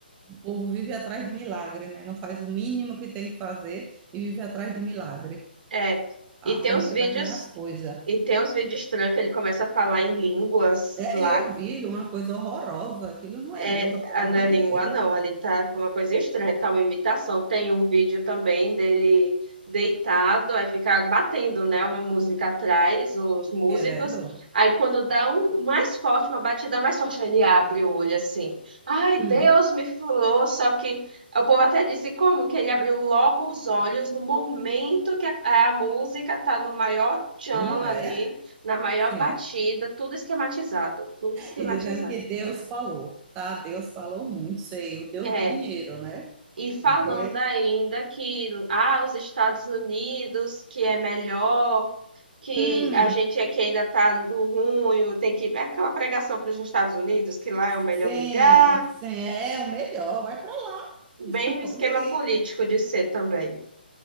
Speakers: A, on the right; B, on the right.
A: o povo vive atrás de milagre, né? Não faz o mínimo que tem que fazer e vive atrás de milagre,
B: É,
A: achando
B: e tem uns
A: que
B: vídeos,
A: vai ganhar as coisas.
B: e tem uns vídeos estranhos que ele começa a falar em línguas
A: É,
B: lá
A: e eu vi uma coisa horrorosa. Aquilo não
B: é,
A: é língua, pelo
B: ah,
A: amor
B: não é língua,
A: de Deus.
B: não. Ali tá uma coisa estranha, tá uma imitação. Tem um vídeo também dele deitado, aí fica batendo, né? Uma música atrás, os músicos.
A: Credo.
B: Aí quando dá um mais forte, uma batida mais forte, ele abre o olho assim. Ai, Deus
A: Hum.
B: me falou, só que o povo até disse como que ele abriu logo os olhos no momento que a, a música tá no maior tchan
A: Não é?
B: ali, na maior
A: Sim.
B: batida, tudo esquematizado, tudo esquematizado.
A: E dizendo que Deus falou, tá? Deus falou muito, sei, o Deus
B: É,
A: do dinheiro, né?
B: E falando
A: Porque,
B: ainda que ah, os Estados Unidos, que é melhor, que
A: hum,
B: a gente aqui ainda está no ruim, tem que ir. É aquela pregação para os Estados Unidos, que lá é o melhor
A: sim,
B: lugar.
A: sim, é o melhor, vai pra lá,
B: Bem
A: <laughs>
B: o
A: pode
B: esquema
A: ir.
B: político de ser também.